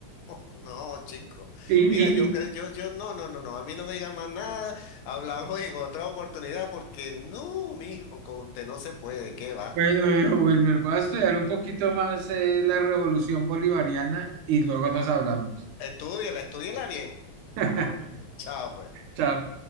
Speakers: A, on the left (about 80°); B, on the right (about 85°).
A: No, chico.
B: Y,
A: Mira,
B: y-
A: yo creo, yo, yo, no, no, no, no, a mí no me diga más nada. Hablamos en otra oportunidad porque no, mi hijo, con usted no se puede, ¿qué va?
B: Bueno, viejo Wilmer, voy a estudiar un poquito más eh, la revolución bolivariana y luego nos hablamos.
A: Estúdiala, estúdiala bien.
B: <laughs>
A: Chao, pues.
B: Chao.